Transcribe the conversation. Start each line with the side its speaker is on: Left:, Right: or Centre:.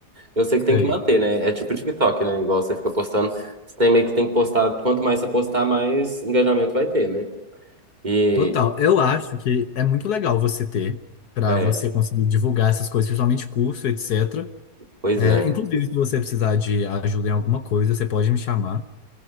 Right: Eu sei que tem
Left: Sei.
Right: que manter, né? É tipo TikTok, né? Igual você fica postando, você tem meio que tem que postar, quanto mais você postar, mais engajamento vai ter, né? E
Left: Total. Eu acho que é muito legal você ter, para
Right: é,
Left: você conseguir divulgar essas coisas, principalmente curso, etc.
Right: pois
Left: É,
Right: é.
Left: inclusive, se você precisar de ajuda em alguma coisa, você pode me chamar.